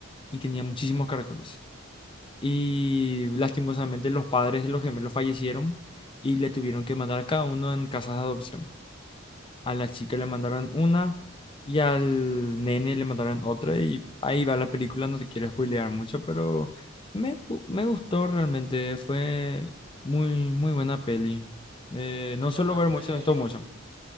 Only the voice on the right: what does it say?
Entiendo.
Y
hablando
de,